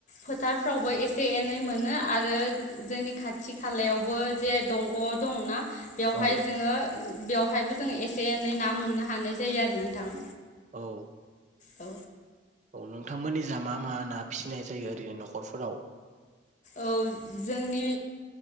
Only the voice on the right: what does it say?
औ
औ
अ नोंथांमोननि जा मा मा ना फिसनाय जायो ओरैनो न'खरफोराव?